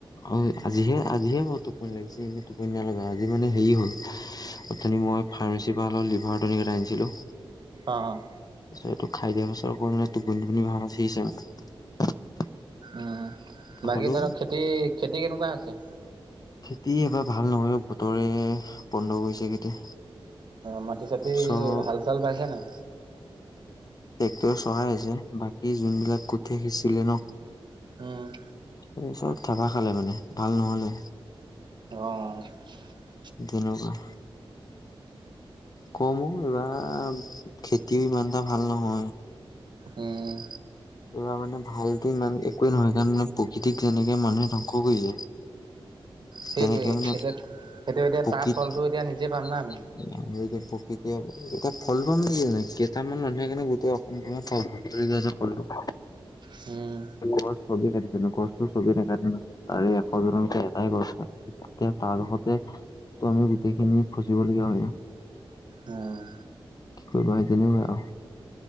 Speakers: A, on the left (about 45°); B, on the right (about 55°).
A: অ আজিহে আজিহে বৰ টোপনি লাগিছে এনে টোপনি নলগা আজি মানে হেৰি হ'ল অথনি মই ফাৰ্মাচিৰপৰা অলপ লিভাৰটনিকেটা আনিছিলোঁ।
B: অ,
A: তাৰপিছত এইটো খাই দিয়া পাছৰ অকৌ মানে টোপনি টোপনি ভাব বাচিছে মানে
B: উ, বাকী
A: হ'লেও
B: ধৰক খেতি, খেতি কেনেকুৱা হৈছে?
A: খেতি এবাৰ ভাল নহয় অ', বতৰে বন্ধ কৰিছে খেতি।
B: অ, মাটি চাটি
A: চব
B: হাল চাল বাইছে নেই?
A: তো চহাই আছে, বাকী যোনবিলাক কোঠে সিঁচিলে ন
B: উম
A: এই চব থাবা খালে মানে ভাল নহলে
B: অ
A: তেনেকুৱা কমো এইবাৰ খেতিও ইমানটা ভাল নহয়
B: উম
A: এইবাৰ মানে ভালতো ইমান একোৱে নহয় কাৰণ মানে প্ৰকৃতিক যেনেকে মানুহে ধ্ববংস কৰিছে
B: সেইটোৱে
A: তেনেকে
B: এতিয়া
A: মানে
B: সেইটো এতিয়া
A: প্ৰকৃতি
B: তাৰ ফলটো এতিয়া নিজে পাম না আমি
A: প্ৰকৃতি এতিয়া ফল পাম নে কেইটামান মানুহে কাৰণে গোট অসম পা ফলটো
B: হুম
A: গছ চবি কাটিছেো গছো চবি নাকাট নো তাৰে এশজনলৈকে এটাই গছ এতিয়া তো আমি গোটেইখিনি খচিবলগীয়া হয় ন
B: উম
A: কি কৰিবা তেনেকুৱাই আৰু